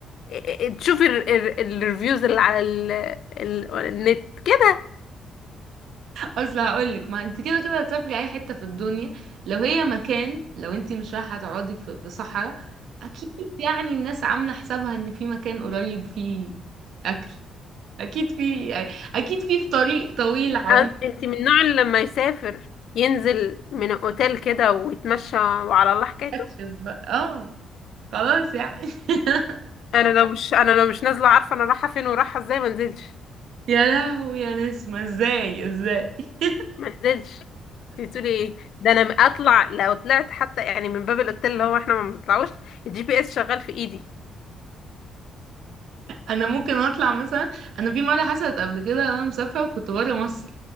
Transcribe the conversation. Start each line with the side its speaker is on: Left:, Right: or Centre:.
Left: إيه، إيه، تشوفي ال- ال- الريفيوز اللي على ال... ال... النت كده
Right: اصل هقولك ما انت كده كده هتسافري اي حتة في الدنيا لو هي مكان لو انت مش رايحة تقعدي في, في صحراء اكيد يعني الناس عاملة حسابها ان في مكان قريب فيه اكل اكيد في يعني اكيد في في طريق طويل عريض
Left: أن- انت من النوع اللي لما يسافر ينزل من اوتيل كده ويتمشى وعلى الله حكايته
Right: اكشف بقى اه خلاص يعني <laughs>
Left: انا لو مش انا لو مش نازله عارفه انا رايحه فين ورايحه ازاي ما نزلتش
Right: يا لهوي يا نسمة ازاي ازاي <laughs>
Left: ما انزلش انت بتقولي ايه ده انا اطلع لو طلعت حتى يعني من باب الاوتيل اللي هو احنا ما بنطلعوش الجي بي اس شغال في ايدي
Right: انا ممكن اطلع مثلا انا في مرة حصلت قبل كده انا مسافرة وكنت برا مصر